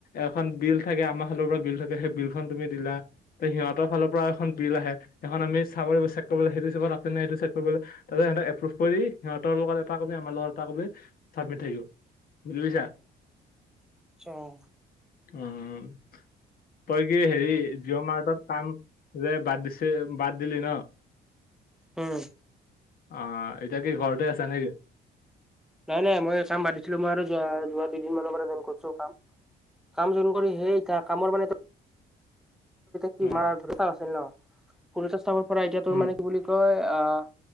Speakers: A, on the left; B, in the centre.
A: এখন বিল থাকে আমাৰ ফালৰ পৰা বিল থাকে সেই বিলখন তুমি দিলা। তে সিহঁতৰ ফালৰ পৰা এখন বিল আহে, এখন আমি চাব চেক কৰিবলৈ সেইটো হিচাপত আছে নাই সেইটো চেক কৰিবলৈ। তাৰপাছত সিহঁতক এপ্ৰভ কৰি সিহঁতৰ লগত এটা কবি আমাৰ লগত এটা কবি চাবমিট থাকিব। বুজি পাইছা।
B: ছোঁ অঁ।
A: উম তই কি হেৰি জিঅ' মাৰ্টত কাম যে বাদ দিছে বাদ দিলি ন।
B: উম।
A: অঁ, এতিয়া কি ঘৰতে আছ নে কি?
B: নাই নাই মই কাম বাদ দিছিলো মই আৰু যো যোৱা দুইদিন মানৰ পৰাই কৰিছো কাম। কাম জইন কৰি সেই তাৰ কামৰ মানে কি
A: অ
B: মাৰ ধৰস্তা আছিল ন, প চাবৰ পৰা এতিয়া তোৰ
A: উম
B: মানে কি বুলি তই অঁ